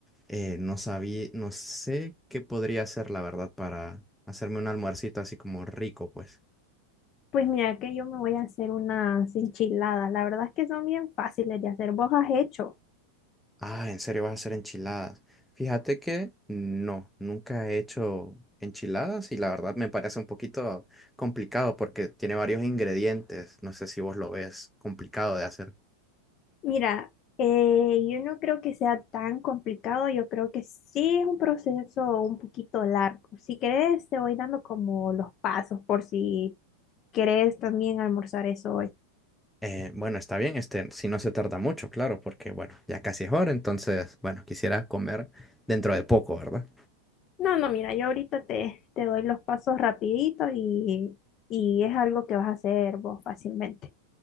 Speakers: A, in the centre; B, on the left.
A: eh, no sabía, no sé qué podría hacer la verdad para hacerme un almuercito así como rico, pues.
B: Pues mira que yo me voy a hacer unas enchiladas. La verdad es que son bien fáciles de hacer. ¿Vos has hecho?
A: Ah, ¿en serio vas a hacer enchiladas? Fíjate que no, nunca he hecho enchiladas y la verdad me parece un poquito complicado porque tiene varios ingredientes. No sé si vos lo ves complicado de hacer.
B: Mira, eh, yo no creo que sea tan complicado. Yo creo que sí es un proceso un poquito largo. Si querés, te voy dando como los pasos por si querés también almorzar eso hoy.
A: Eh, bueno, está bien, este, si no se tarda mucho, claro, porque bueno, ya casi es hora, entonces, bueno, quisiera comer dentro de poco, ¿verdad?
B: No, no, mira, yo ahorita te, te doy los pasos rapidito y, y es algo que vas a hacer vos fácilmente.